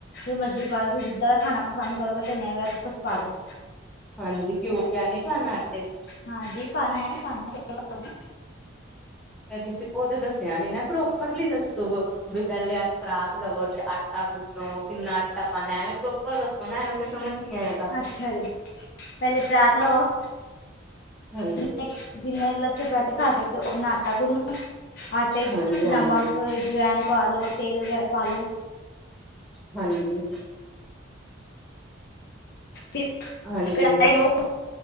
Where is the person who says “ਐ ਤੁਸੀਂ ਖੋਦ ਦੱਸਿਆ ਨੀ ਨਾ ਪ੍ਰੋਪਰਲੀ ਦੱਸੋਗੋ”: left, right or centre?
Centre